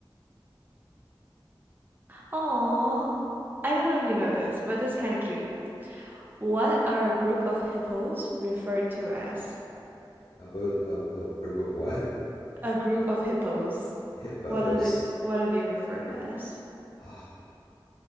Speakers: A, on the right (about 20°); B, on the left (about 55°).
A: Aw. I don't know if you know this, but it's kind of cute. What are a group of hippos referred to as?
B: a bo- a, a group of what?
A: A group of hippos.
B: Hippos.
A: What are it? What are they referred as?
B: Ah,